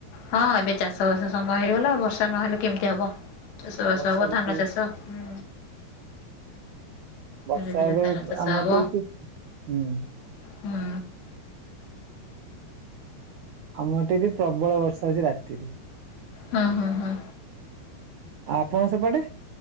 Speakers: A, on the left (about 75°); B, on the right (about 70°).
A: ହଁ ଏବେ ଚାଷବାସ ସମୟ ହେଇଗଲା ବର୍ଷା ନହେଲେ କେମିତି ହବ? ଚାଷବାସ
B: ବର୍ଷା
A: ହବ
B: ଋତୁ
A: ଧାନ ଚାଷ ହୁଁ।
B: ବର୍ଷା
A: ଧୀରେ ଧୀରେ
B: ଏବେ
A: ଧାନ ଚାଷ
B: ଆମର
A: ହବ
B: ତ ଏଠି ହୁଁ।
A: ହୁଁ
B: ଆମ ଏ ଟଠି ପ୍ରବଳ ବର୍ଷା ହଉଛି ରାତିରୁ।
A: ହୁଁ
B: ଆଉ
A: ହୁଁ ହୁଁ
B: ଆପଣଙ୍କ ସେପଟେ?